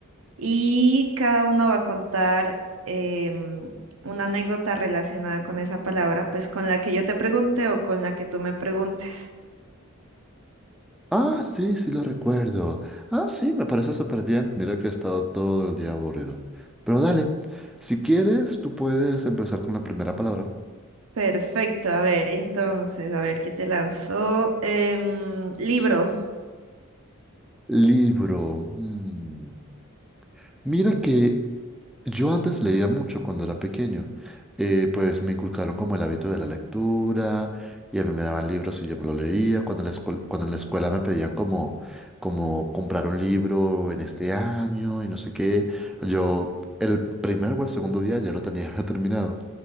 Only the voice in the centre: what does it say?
Ah, sí, sí lo recuerdo. Ah, sí, me parece súper bien. Mira que he estado todo el día aburrido. Pero dale, si quieres, tú puedes empezar con la primera palabra.
Libro. mm. Mira que Yo antes leía mucho cuando era pequeño. Eh, pues me inculcaron como el hábito de la lectura y a mí me daban libros y yo me lo leía. Cuando en la escuela, cuando en la escuela me pedían como, como comprar un libro en este año y no sé qué, yo el primer o el segundo día ya lo tenía <laughs> terminado.